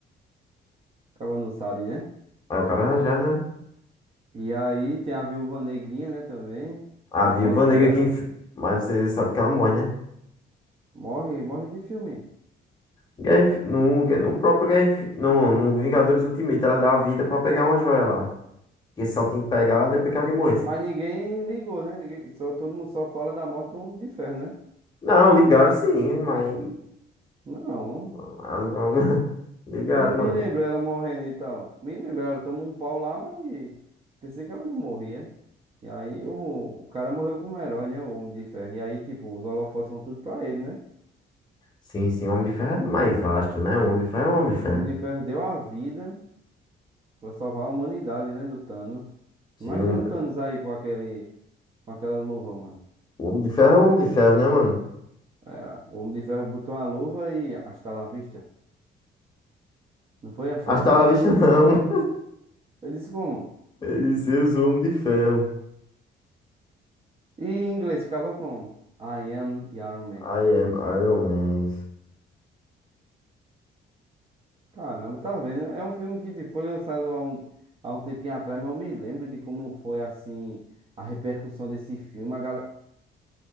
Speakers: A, on the right; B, on the left.
A: Acaba não sabe, né?
B: Aí o cara já, né?
A: E aí tem a Viúva Negrinha, né, também.
B: A
A: Tem
B: Viúva
A: um Pantera.
B: Negra que. enf- Mas você sabe que ela morre, né?
A: Morre, morre que filme.
B: Guerra Infi- no, no próprio Guerra Infi- no, no Vingadores Ultimate, ela dá a vida pra pegar uma joia lá. Que só tem que pegar depois que alguém morresse.
A: Mas ninguém ligou, né? Ninguém, só, todo mundo só fala da morte do Homem de Ferro, né?
B: Não, ligaram sim, mas.
A: Não,
B: <laughs> Ligaram,
A: Que eu não me
B: mano.
A: lembro ela morrendo e tal. Me lembro, ela tomou um pau lá, mas pensei que ela não morria. E aí o, o cara morreu como herói, né? O Homem de Ferro. E aí, tipo, os holofotes vão tudo pra ele, né?
B: Sim, sim, Homem de Ferro é mais vasto, né? O Homem de Ferro é o Homem de Ferro.
A: O Homem de Ferro deu a vida pra salvar a humanidade, né? Do Thanos.
B: Sim,
A: Imagina
B: o
A: o Thanos aí com aquele, com aquela luva, mano.
B: o Homem de Ferro é o Homem de Ferro, né, mano?
A: É, o Homem de Ferro botou a luva e hasta la vista. Não foi hasta
B: Hasta
A: la vista?
B: lá vista, não. <laughs>
A: Ele disse como?
B: Ele disse, eu sou o Homem de Ferro.
A: E em inglês ficava como? I am Iron Man.
B: I am Iron Man.
A: Caramba, tá vendo? É um filme que tipo, foi lançado há um, há um tempinho atrás, mas eu me lembro de como foi assim a repercussão desse filme, a, gal